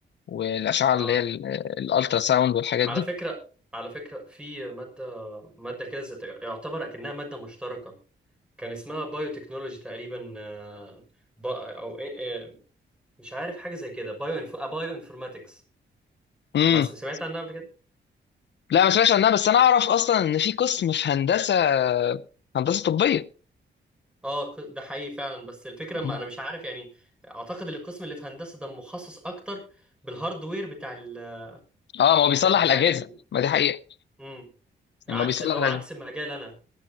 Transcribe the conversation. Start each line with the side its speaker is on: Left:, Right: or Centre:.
Left: والاشعه
Centre: اه
Left: اللي هي ال- الالترا ساوند والحاجات
Centre: على
Left: دي
Centre: فكرة على فكرة في مادة مادة كده زي- يعتبر اكنها مادة مشتركة كان اسمها بايو تكنولوجي تقريبا آه، با- او إيه- إيه، مش عارف حاجة زي كده بايو انفو بايو انفورماتكس
Left: امم
Centre: ما س- سمعت عنها قبل كده
Left: لا ما سمعتش عنها بس انا اعرف اصلا ان في قسم في هندسه هندسه طبيه
Centre: اه ق- ده حقيقي فعلا بس الفكره
Left: مم.
Centre: ما انا مش عارف يعني اعتقد ان القسم اللي في هندسه ده مخصص اكتر بالهاردوير بتاع ال
Left: اه ما هو
Centre: بتاع,
Left: بيصلح
Centre: بتاع
Left: الاجهزه
Centre: ال
Left: ما دي حقيقه
Centre: مم. عكس
Left: يعني هو بيصلح
Centre: اللي هو
Left: الاجهزه
Centre: عكس المجال انا